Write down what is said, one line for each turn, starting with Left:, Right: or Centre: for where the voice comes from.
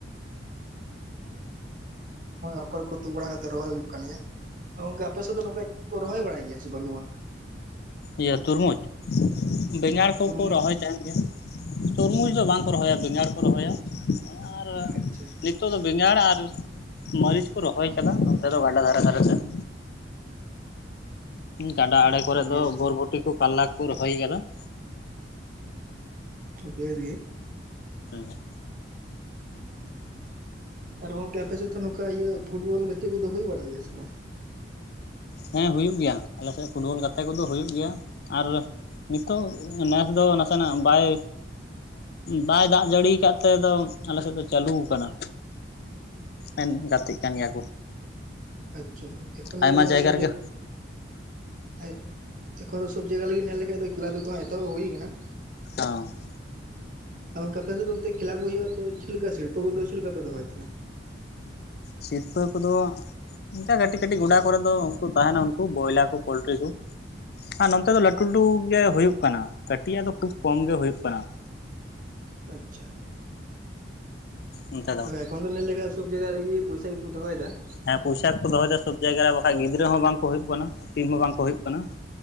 Right: ᱟᱯᱟᱨ ᱠᱚ ᱛᱩᱫ ᱵᱟᱲᱟ ᱠᱟᱛᱮ ᱨᱚᱦᱚᱭ ᱦᱩᱭᱩᱜ ᱠᱟᱱ ᱜᱮᱭᱟ᱾ ᱛᱚ ᱜᱚᱝᱠᱮ ᱟᱯᱮ ᱥᱮᱫ ᱫᱚ ᱱᱚᱝᱠᱟ ᱠᱚ ᱨᱚᱦᱚᱭ ᱵᱟᱲᱟᱭ ᱜᱮᱭᱟ ᱥᱮ ᱵᱟᱱᱩᱜᱼᱟ᱾
Left: ᱤᱭᱟᱹ ᱛᱩᱨᱢᱩᱡᱽ ᱵᱮᱸᱜᱟᱲ ᱠᱚᱠᱚ
Right: ᱛᱩᱨᱢᱩᱡᱽ
Left: ᱨᱚᱦᱚᱭ ᱛᱟᱦᱮᱱ ᱜᱮᱭᱟ ᱾ ᱛᱚᱨᱢᱩᱡᱽ ᱫᱚ ᱵᱟᱝ ᱠᱚ ᱨᱚᱦᱚᱭᱟ ᱵᱮᱸᱜᱟᱲ ᱠᱚ ᱨᱚᱦᱚᱭᱟ ᱟᱨ
Right: ᱟᱪᱪᱷᱟ
Left: ᱱᱤᱛᱚᱜ ᱫᱚ ᱵᱮᱜᱟᱲ ᱟᱨ ᱢᱟᱹᱨᱤᱪ ᱠᱚ ᱨᱚᱦᱚᱭ ᱟᱠᱟᱫᱟ ᱱᱚᱱᱛᱮ ᱫᱚ ᱜᱟᱰᱟ ᱫᱷᱟᱨᱮ ᱫᱷᱟᱨᱮ ᱛᱮ ᱾ ᱜᱟᱰᱟ ᱟᱲᱮ
Right: ᱟᱪᱪᱷᱟ
Left: ᱠᱚᱨᱮᱮᱫ
Right: ᱵᱮᱥ
Left: ᱫᱚ ᱵᱚᱨᱵᱷᱚᱴᱤ ᱠᱚ ᱠᱟᱨᱞᱟ ᱠᱚ ᱨᱚᱦᱚᱭ ᱠᱟᱫᱟ ᱾
Right: ᱵᱮᱥ ᱜᱮ᱾
Left: ᱦᱮ ᱸ᱾
Right: ᱟᱨ ᱜᱚᱝᱠᱮ ᱥᱮᱫ ᱫᱚ ᱱᱚᱝᱠᱟ ᱤᱭᱟᱹ ᱯᱷᱩᱴᱵᱚᱞ ᱜᱟ ᱜᱟᱛᱤ ᱠᱚᱫᱚ ᱦᱩᱭ ᱵᱟᱲᱟᱜ ᱜᱮᱭᱟ ᱥᱮ ᱵᱟᱝ?
Left: ᱦᱮᱸ ᱦᱩᱭᱩᱜ ᱜᱮᱭᱟ ᱟᱞᱮ ᱥᱮᱫ ᱯᱷᱩᱴᱵᱚᱞ ᱜᱟᱛᱮ ᱠᱚᱫᱚ ᱦᱩᱭᱩᱜ ᱜᱮᱭᱟ ᱟᱨ ᱱᱤᱛᱚᱜ ᱱᱮᱥ ᱫᱚ ᱱᱟᱥᱮᱱᱟᱜ ᱵᱟᱭ ᱵᱟᱭ ᱫᱟᱜ ᱡᱟᱹᱲᱤᱭᱟ ᱟᱠᱟᱫ ᱫᱚ ᱛᱮ ᱟᱞᱮᱥᱮᱫ ᱫᱚ ᱪᱟᱞᱩ ᱟᱠᱟᱱᱟ ᱾ ᱢᱮᱱ ᱜᱟᱛᱮᱜ ᱠᱟᱱ ᱜᱮᱭᱟ ᱠᱚ᱾
Right: ᱟᱪᱷᱟ ᱮᱠᱷᱚᱱ
Left: ᱟᱭᱢᱟ
Right: ᱱᱮᱞ
Left: ᱡᱟᱭᱜᱟ
Right: ᱥᱚᱵᱡᱤ
Left: ᱨᱮᱜᱮ
Right: ᱟᱨ ᱮᱠᱷᱚᱱ ᱫᱚ ᱥᱚᱵ ᱡᱟᱭᱜᱟ ᱞᱟᱜᱤᱫ ᱧᱮᱞ ᱞᱮᱠᱷᱟᱱ ᱫᱚ ᱠᱷᱮᱞᱟ ᱫᱚᱠᱚ ᱮᱛᱚᱦᱚᱵ ᱟᱜᱩᱭᱮᱫ ᱠᱟᱱᱟ ᱾
Left: ᱦᱟᱸ᱾
Right: ᱟ ᱜᱚᱝᱠᱮ ᱟᱯᱮ ᱥᱮᱫ ᱫᱚ ᱚᱱᱛᱮ ᱠᱷᱮᱞᱟ ᱠᱚ ᱦᱩᱭᱩᱜ-ᱟ, ᱛᱚ ᱪᱮᱫ ᱞᱮᱠᱟ ᱥᱤᱨᱯᱟᱹ ᱠᱚᱫᱚ ᱪᱮᱫ ᱞᱮᱠᱟ ᱯᱮ ᱫᱚᱦᱚᱭ ᱛᱟᱦᱮᱱᱟ?
Left: ᱥᱤᱨᱯᱟᱹ ᱠᱚᱫᱚ ᱚᱱᱠᱟ ᱠᱟᱹᱴᱤᱡ ᱠᱟᱹᱴᱤᱡ ᱜᱚᱰᱟ ᱠᱚᱨᱮ ᱫᱚ ᱩᱱᱠᱩ ᱛᱟᱦᱮᱱᱟ ᱩᱱᱠᱩ ᱵᱚᱭᱞᱟ ᱠᱚ ᱯᱳᱞᱴᱨᱤ ᱠᱚ᱾ ᱟᱨ ᱱᱚᱱᱛᱮ ᱫᱚ ᱞᱟᱹᱴᱩ ᱞᱟᱹᱴᱩ ᱜᱮ ᱦᱩᱭᱩᱜ ᱠᱟᱱᱟ᱾ ᱠᱟᱹᱴᱤᱡ ᱟᱜ ᱫᱚ ᱠᱷᱩᱵ ᱠᱚᱢ ᱜᱮ ᱦᱩᱭᱩᱜ ᱠᱟᱱᱟ ᱾
Right: ᱟᱪᱪᱷᱟ᱾
Left: ᱚᱱᱛᱮ ᱫᱚ
Right: ᱛᱚᱵᱮ ᱮᱠᱷᱚᱱ ᱫᱚ ᱱᱮᱞ ᱞᱮᱠᱷᱟᱡ ᱫᱚ ᱥᱚᱵ ᱡᱟᱭᱜᱟ ᱨᱮᱜᱮ ᱯᱚᱭᱥᱟ ᱜᱮᱠᱚ ᱫᱚᱦᱚᱭ ᱫᱟ ᱾
Left: ᱦᱮᱸ ᱯᱚᱭᱥᱟ ᱠᱚ ᱫᱚᱦᱚᱭ ᱫᱟ ᱥᱚᱵᱽ ᱡᱟᱭᱜᱟ ᱨᱮ, ᱵᱟᱠᱷᱟᱡ ᱜᱤᱫᱽᱨᱟᱹ ᱦᱚᱸ ᱵᱟᱝ ᱠᱚ ᱦᱩᱭᱩᱜ ᱠᱟᱱᱟ, ᱴᱤᱢ ᱦᱚᱸ ᱵᱟᱝ ᱠᱚ ᱦᱩᱭᱩᱜ ᱠᱟᱱᱟ ᱾